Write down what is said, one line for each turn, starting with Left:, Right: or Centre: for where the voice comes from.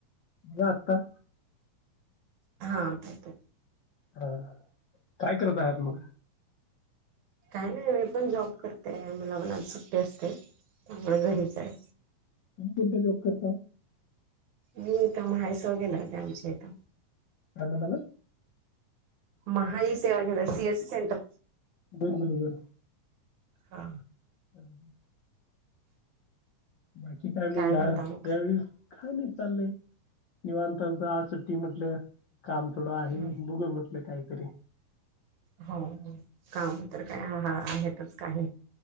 Left: मा आत्ता?
Right: हा का का
Left: हा काय करत आहात मला
Right: काय नाही मी पण जॉब करते लवनात सुट्टी असते आ घरीच आहे
Left: कोणत जोक करता
Right: म कामयस वगेणार का आमच्या इथ
Left: ह म्ह मला
Right: महाई सेवा केंद्र सीएसस सेंटर
Left: बरं बरो बर
Right: हा
Left: हम् बाकी काय म्हग
Right: म्हणता
Left: ह त्यावेळीस
Right: मग
Left: काय नाही चाललंय निवांताघ आ सुट्टी म्हटल काम थोडं आहे
Right: हम्म
Left: बघ बताय तरी
Right: हो काम तर काय आहेतच काही